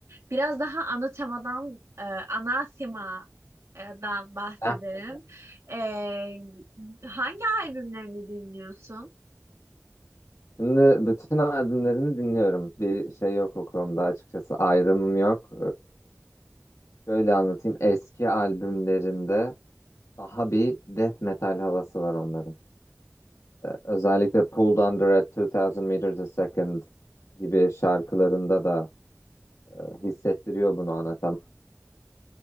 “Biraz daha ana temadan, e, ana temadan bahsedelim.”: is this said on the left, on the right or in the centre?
Right